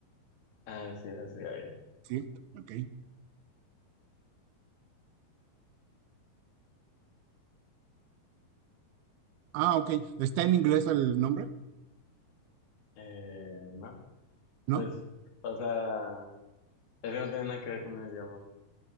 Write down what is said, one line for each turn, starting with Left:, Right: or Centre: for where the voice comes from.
Left: así es, así hay.
Right: ¿sí? Ok. Ah, ok. ¿Está en inglés el nombre?
Left: Eh, no,
Right: ¿No?
Left: pues, o sea, es que no tiene nada que ver con el idioma.